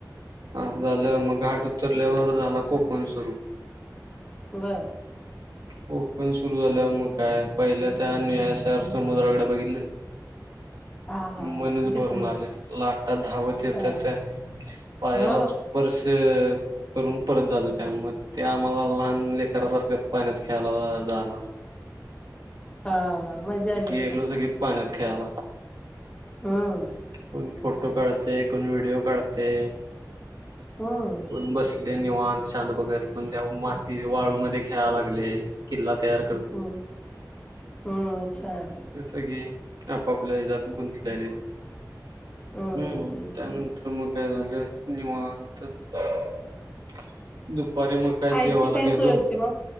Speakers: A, on the right; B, on the left.
A: असं झालं मग घाट उतरल्यावर झाला कोकण सुरू.
B: बर
A: कोकण सुरू झाल्यावर मग काय, पहिल्या त्या निळ्याशार समुद्राकडे बघितलं.
B: आ हा
A: मनच
B: किती
A: भरून
B: सुंदर
A: आले लाटा धावत येत
B: छान
A: होत्या.
B: छान
A: पायाला
B: हा
A: स्प... स्पर्श करून परत जात होत्या, म त्या मला लहान लेकरासारख्या पाण्यात खेळायला.. जाणार..
B: हा मजा आली
A: गेलो
B: असेल
A: स की पाण्यात खेळायला.
B: हम्म
A: कोण फोटो काढते, कोण व्हिडिओ काढते,
B: हं
A: कोण बसले निवाण शांत बघत, कोण त्या माती वाळूमध्ये खेळाय लागले किल्ला तयार..
B: हम्म हम्म छान
A: जस की आपापल्या गुंतल्याने,
B: हम्म
A: हं
B: हम्म
A: त्यानंतर
B: हम्म
A: मग काय झालं निवांत.. दुख <unintelligible> दुपारी मग काय
B: खायची
A: जेवायला
B: काय
A: गेलो.
B: सोय होती मग